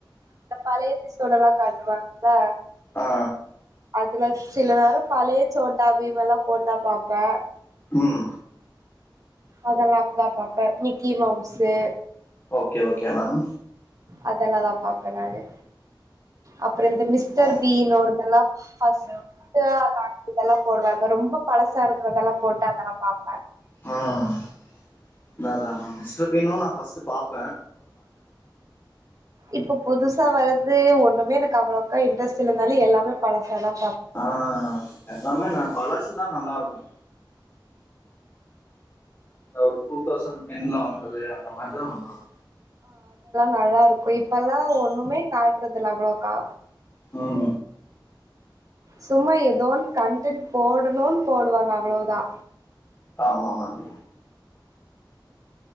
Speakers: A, on the right; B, on the left.
A: இந்த பழைய எபிசோடெல்லா காட்டுவாங்கல்ல
B: ஆ
A: அ துல சில நேரோ பழய சோட்டாபீமல்லா போட்டா பாப்பே
B: உம்
A: அதல்லா <unintelligible> தா பாப்பே Mickey Mouse
B: okay okay ma'am
A: அதெல்லா தா பாப்பே நானு அப் ப்றோ இந்த மிஸ்டர்
B: ஆ
A: பீன்னோடதல்லா <inaudible> <unintelligible> இதெல்லா போடுவாங்க ரொம்ப பழசா இருக்கறதெல்லா போட்டு அதெல்லா பாப்பே
B: உம் அதா நா மிஸ்டர் பீன்னு நா ஃபஸ்ட்டு பாத்
A: இப்ப புதுசா வரது ஒன் னுமே எனக்கு அவ்ளோக்கா இன்டரெஸ்ட்டு இல்லனால எல்லாமே பழசா தா
B: ஆஹ் எல்லாமே நா பழசு தா நல்லாருக்கு <unintelligible> டூ தௌசண் டென்ல வந்தது அந்த மாரி தா நல்லாரு
A: நல்லாருக் கு இப்பல்லா ஒன்னுமே காட் ட்றதில்ல அவ்ளோக்கா
B: உம்
A: சும்மா எதோன் கன்டன்ட் போடணுன் போடுவாங்க அவ்ளவு தா
B: ஆமாமாங்